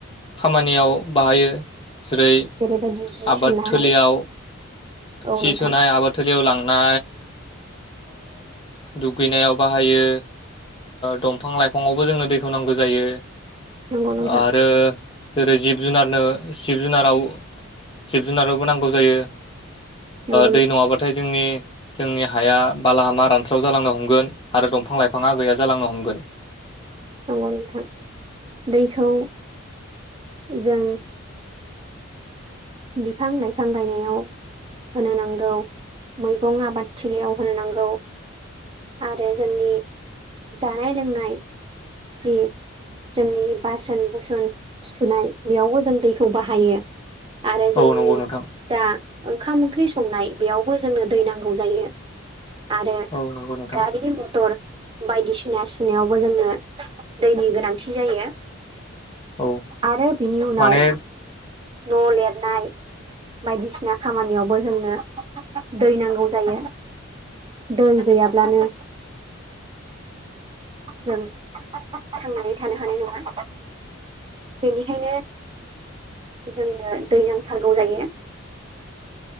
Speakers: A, on the left (about 25°); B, on the right (about 25°).
A: खामानियाव बाहायो‌। जेरै
B: जेरैबायदि जि
A: आबाद
B: सुनाय
A: थिलियाव
B: औ
A: सि
B: नोंथां
A: सुनाय आबाद थिलियाव लाङो दुगैनायाव बाहायो। दंफां लाइफांआवबो जोंङनो दैखौ नांगौ जायो।
B: नंगौ नोंथां
A: आरो जिब- जिब जुनारनोब जुनाराव जिब जुनारावबो नांगौ जायो।
B: नंगौ
A: दै नङाबाथाय जोंनि जोंनि हाया बालाहामा रानस्राव जालांनो हमगोन आरो दंफां लाइफाङा गैया जालांनो हमगोन।
B: <inaudible> नंगौ नोंथां दैखौ जों बिफां लाइफां गायनायाव होनो नांगौ मैगं आबादथिलियाव होनो नांगौ। आरो जोंनि जानाय लोंनाय जि जोंनि बासोन बुसोन सुनाय बेयावबो जों दैखौ बाहायो। आरो जोंनि
A: औ नंगौ नोंथां
B: जा ओंखाम ओंख्रि संनाय बेयावबो जोंनो दै नांगौ जायो‌। आरो
A: औ नंगौ नोंथां
B: गारि मटर बायदिसिना सुनायावबो जोंनो दैनि गोनांथि जायो।
A: औ
B: आरो बिनि उनाव
A: माने
B: न' लेर नाय बायदिसिना खामानियावबो जोंनो दै नांगौ जायो। दै गैयाब्लानो जों थांनानै थानो हानाय नङा। बेनिखायनो जोंनो दै नांथारगौ जायो।